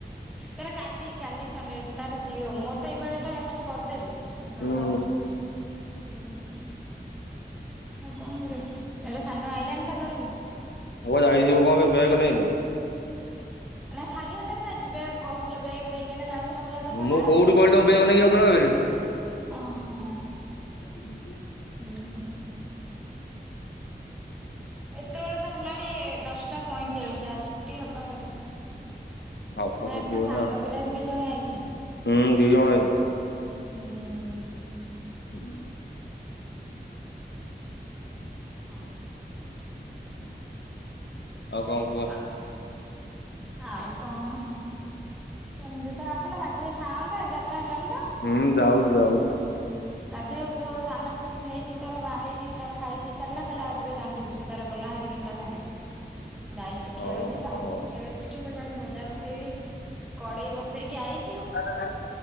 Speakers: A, in the centre; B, on the left (about 80°).
A: ତାର କାଲି କାଲି ସଣ୍ଡେ ଅଛି ତାର ଯିଏ ହଉ ମୋର ତ ଏଇ ପାଳିଆଟା ଏଥର କରିଦେବି ଗୋଟା
B: ହୁଁ
A: ବେଳକୁ ଆସିବ। ଓହୋ। ହଉ କଣ କରିବ, ଏଟା ସାନୁ ଆଇଲାଣି ତ ଘରକୁ?
B: ଆ ଯାଇ ଯିବୁ କଣ ପାଇଁ ବେଗ ନେଇନି?
A: ନାଇଁ ଖାଲି ହାତରେ କାଇଁ ଯିବେ, କହୁଥିଲ ବେଗ ନେଇକି ଏଇନା ଯାଉ ଗଲା ଉଲା ଦୋକାନ
B: ମୁଁ
A: ଆଡ଼େ,
B: କୋଉଠି
A: ପୁଣି କହୁଛ
B: କହିଲି ତମ
A: ନାହିଁ
B: ବ୍ୟାଗ ନେଇକି ଯାଉଥିଲ ବୋଲି
A: ଅ ହଁ।
B: <unintelligible>
A: ହୁଁ। ଏତେବେଳ ତ ହେଲାଣି ଦଶଟା ପଇଁଚାଳିଶ ଯା ଛୁଟି ହବା କଥା।
B: ହବ
A: ନା
B: ଯଦି
A: ଏଠି ତା
B: ଗୋଟେ
A: ସାଙ୍ଗ
B: ଆଉ
A: ପିଲା ବି କିଏ ଜଣେ ଆଇଚି।
B: ହୁଁ ଦି ଜଣ
A: ହୁଁ।
B: ହୁଁ <inaudible>
A: ହଁ।
B: ଆଉ କଣ କୁହ?
A: ଆ ଆଉ କଣ ଏମିତି ତ ଆସୁନ ଗାଧେଇ ଖାଆନ୍ତ ଏଗାରଟା ହେଲାନି।
B: ହୁଁ ଯାଉଛି ଯାଉଛି।
A: ଗାଧୋଇବ ପୁଅ ଦାଣ୍ଡ ପଟେ ସେ ନେଇଚି ତାର ବାହାରିକି ତାର ଖାଇ ପିଇ ସାରିଲା କହିଲା ଆ ଯିବା ଦାଣ୍ଡକୁ ସେ ତାର ଗଲା ନା ହରି କିନ୍ତା ସାଙ୍ଗରେ ଯାଇଚି
B: ହଉ
A: ଖେଳୁଚି
B: ହଉ।
A: ତ,
B: ହଉ। ହୁଁ
A: ଖେଳୁଚି ମୁଁ କହିଲି ଯାଉଚି ଭଜା ବସେଇବି। କଡେଇ ବସେଇକି ଆଇଚି,
B: କଣ ଖାଇଥିଲି